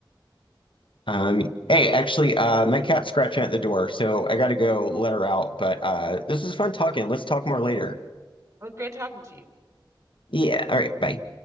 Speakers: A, on the left; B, on the right.
A: Um, hey, actually, uh, my cat's scratching at the door, so I gotta go let her out. But uh, this is fun talking. Let's talk more later.
B: Well, great talking to you.
A: Yeah, all right, bye.